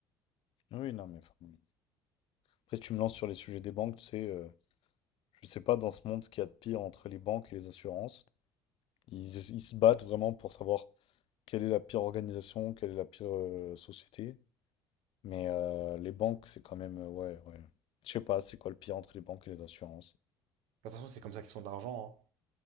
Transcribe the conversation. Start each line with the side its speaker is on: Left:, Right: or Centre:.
Left: Oui, non, mais. fran- Après, si tu me lances sur les sujets des banques, tu sais, euh, je sais pas dans ce monde ce qu'il y a de pire entre les banques et les assurances. Ils, es- ils se battent vraiment pour savoir quelle est la pire organisation, quelle est la pire euh, société. Mais euh, les banques, c'est quand même. euh, ouais, ouais. Je sais pas, c'est quoi le pire entre les banques et les assurances.
Right: De toute façon, c'est comme ça qu'ils font de l'argent, hein.